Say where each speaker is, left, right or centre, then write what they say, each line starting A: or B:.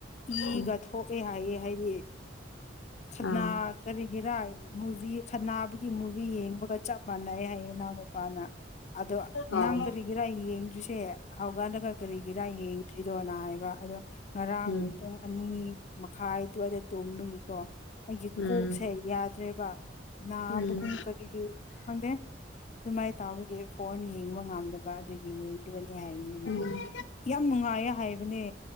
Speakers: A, on the left (about 40°); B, on the left (about 80°).
A: ꯏꯒ
B: ꯎꯝ
A: ꯊꯣꯛꯑꯦ ꯍꯥꯏꯌꯦꯦ ꯍꯥꯏꯗꯤ ꯈꯠꯅꯥ
B: ꯑꯥ
A: ꯀꯔꯤꯒꯤꯔꯥ ꯃꯨꯚꯤ ꯈꯠꯅꯥꯕꯒꯤ ꯃꯨꯚꯤ ꯌꯦꯡꯕꯒ ꯆꯞ ꯃꯥꯟꯅꯩ ꯍꯥꯏꯌꯦ ꯏꯅꯥꯎ ꯃꯄꯥꯅ ꯑꯗꯣ
B: ꯑꯥꯎ
A: ꯅꯪ ꯀꯔꯤꯒꯤꯔꯥ ꯌꯦꯡꯗ꯭ꯔꯤꯁꯤ ꯁꯦ ꯍꯧꯒꯠꯂꯒ ꯀꯔꯤ ꯀꯔꯥ ꯌꯦꯡꯗ꯭ꯔꯤꯗꯣꯅ ꯍꯥꯏꯕ ꯑꯗꯣ ꯉꯔꯥꯡ
B: ꯎꯝ
A: ꯄꯨꯡ ꯑꯅꯤ ꯃꯈꯥꯏ ꯑꯗꯨꯋꯥꯏꯗ ꯇꯣꯡꯕꯨꯏꯀꯣ ꯑꯩꯒꯤ
B: ꯎꯝ
A: ꯀꯣꯛꯁꯦ ꯌꯥꯗ꯭ꯔꯦꯕ ꯅꯥꯕꯒꯨꯝ
B: ꯎꯝ
A: ꯀꯔꯤꯒꯤ ꯈꯪꯗꯦ ꯅꯨꯡꯃꯥꯏ ꯇꯥꯕꯒꯦ ꯐꯣꯟ ꯌꯦꯡꯕ ꯉꯝꯗꯕ ꯑꯗꯨꯒꯤ ꯌꯦꯡꯈꯤꯕꯅꯤ ꯍꯥꯏꯅꯤ
B: ꯎꯝ
A: ꯌꯥꯝ ꯅꯨꯡꯉꯥꯏꯌꯦ ꯍꯥꯏꯕꯅꯦ